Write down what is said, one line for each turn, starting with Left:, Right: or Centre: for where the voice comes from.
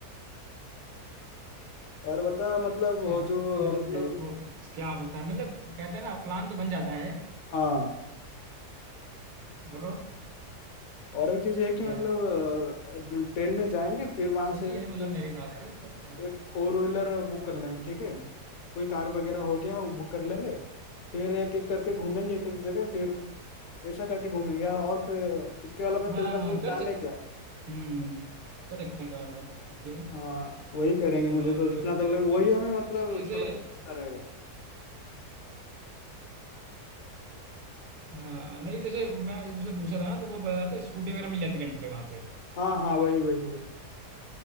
Left: और बता मतलब वो
Right: तो
Left: जो
Right: मतलब
Left: मतलब
Right: देखो क्या होता है मतलब कहते हैं ना प्लान तो बन जाता है
Left: हाँ
Right: बोलो
Left: और एक चीज ये है कि
Right: क्या
Left: मतलब
Right: है
Left: ट्रेन में जाएंगे फिर वहां
Right: सही
Left: से एक
Right: है मतलब मेरे हिसाब से चलते हैं
Left: अ, एक
Right: फिर।
Left: फोर व्हीलर बुक कर लेंगे ठीक है कोई कार वगैरह हो गया वो बुक कर लेंगे फिर एक एक करके घूमेंगे एक एक जगह फिर वैसा करके घूमेंगे यार और फिर इसके अलावा
Right: हाँ
Left: तेरे पास
Right: हाँ
Left: कोई प्लान
Right: कर सकते
Left: है क्या
Right: हम्म कर सकते हैं कार का ओके
Left: हाँ वही करेंगे
Right: और
Left: मुझे तो जितना तक लगे वही हमें मतलब
Right: जैसे
Left: थोड़ा सा सस्ता रहेगा
Right: हाँ नहीं जैसे मैं जैसे पूछा था ना तो वो बता रहा था स्कूटी वगैरह मिल जाती रेंट पे वहाँ पे
Left: हाँ हाँ वही वही वही